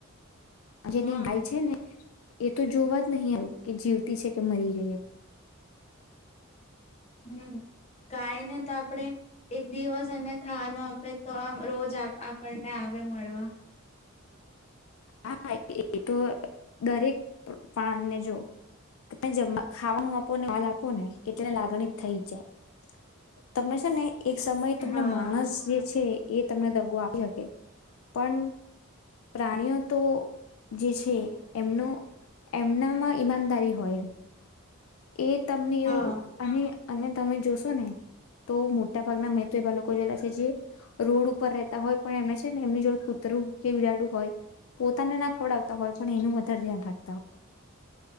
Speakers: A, on the left (about 70°); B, on the left (about 30°).
A: જેની
B: હા
A: <unintelligible> છે ને એ તો જોવા જ નહીં આવ કે જીવતી છે કે મરી ગઈ.
B: હમ ગાય ને તો આપડે એક દિવસ અને ખાવાનો હવે તો આમ રોજ આપણને આવે મળવા.
A: હા એ તો દરેક પ્રાણ ને જો ત જમ ખાવાનું આપો વાલ આપો ને એટલે લાગણી થઈ જ જાય તમને છે ને. એક સમયે તમને
B: હા
A: માણસ જે છે. એ તમને દગો આપી શકે પણ પ્રાણીઓ તો જે છે એમનો એમનામાં ઈમાનદારી હોય. એ તમને
B: હા
A: એવું અને અને તમે જોશો ને તો મોટા ભાગના મેં તો એવા લોકો જોયેલા છે જે રોડ ઉપર રહેતા હોય પણ એમને છે ને એમની જોડે કૂતરું કે બિલાડું હોય ના ખવડાવતા હોય પણ એનું વધારે ધ્યાન રાખે